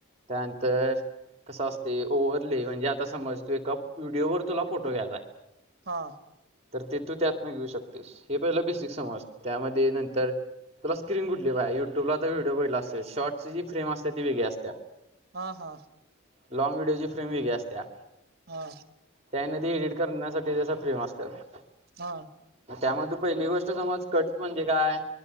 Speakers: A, on the right; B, on the right.
A: त्यानंतर कसं असतय ओवर लय म्हणजे आता समज तू एका व्हिडिओ वर तुला फोटो घ्यायचाय
B: हा
A: तर ते तू त्यातनं घेऊ शकतेस हे पहिल बेसिक समज त्यामध्ये नंतर तुला स्क्रीन कुठली पाहिजे युट्यब ला तर व्हिडिओ बहितला असल शॉर्टची जी फेम असते ते वेगळी असत्या.
B: हा हा
A: लाँग व्हडिओची फ्रेम वेगळी असत्या.
B: हा
A: त्या हेन ते एडिट करण्यासाठी जस फ्रेम असत्यात.
B: हा
A: त्यामध्ये पहिली गोष्ट समज कट म्हणजे काय